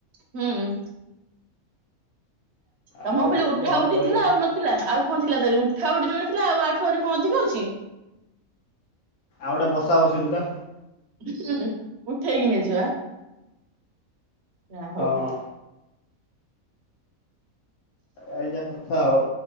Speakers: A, on the right; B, on the left.
A: ହୁଁ। ତମ
B: ଆଉ
A: ଭଳି ଉଠା
B: କଣ
A: ଉଠି
B: କରିବା।
A: ଥିଲା ଆଉ ନଥିଲା ଆଉ କଣ ଥିଲା ତାହେଲେ ଉଠା ଉଠି ଯୋଉଟି ଥିଲା ଆଉ ଆଠୁ ଆରି କଣ ଅଧିକ ଅଛି।
B: ଆଉ ଗୋଟେ ବସା ବସି ଥିଲା।
A: ହୁଁ ଉଠେଇକିି ନେଇ ଯିବା। ଯା ହଉ।
B: ହଁ ଆଜ୍ଞା କଥା ଆଉ।